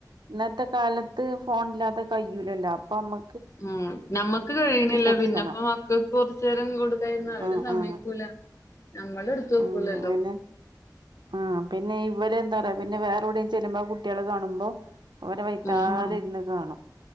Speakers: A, on the right; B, on the left.
A: ഇന്നത്തെ കാലത്ത് ഫോണില്ലാതെ കഴി യൂലല്ലോ അപ്പൊമ്മ
B: ഉം നമ്മക്ക് കഴിയിണില്ല
A: കൊടുക്കണം
B: പിന്നെപ്പ മക്കൾക്ക് കൊറച്ചു നേരം കൊടുക്കായിരുന്നു അവര്
A: ആ
B: സമ്മയ്ക്കൂല
A: ആ
B: നമ്മളടുത്തൂവെക്കൂല്ലലോ
A: ആ അങ്ങനെ ആ പിന്നെ ഇവര് എന്താ പറയാ പിന്നെ വേറെ എവിടെയും ചെല്ലുമ്പോ കുട്ടിയോള് കാണുമ്പോ ഒരെ വൈത്താല
B: ആഹ്
A: ഇരുന്ന് കാണും